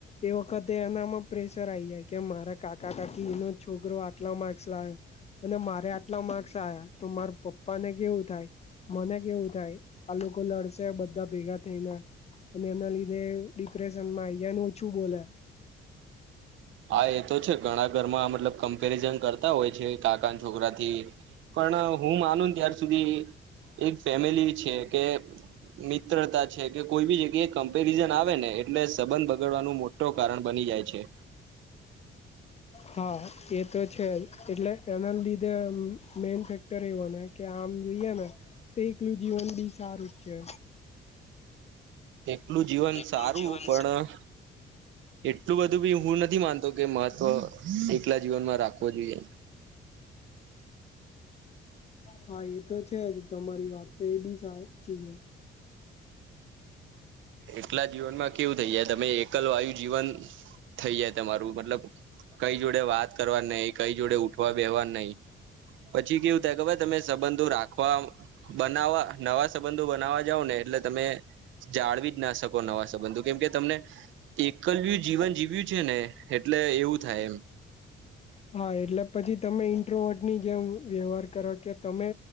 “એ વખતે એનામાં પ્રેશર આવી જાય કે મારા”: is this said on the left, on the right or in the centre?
Left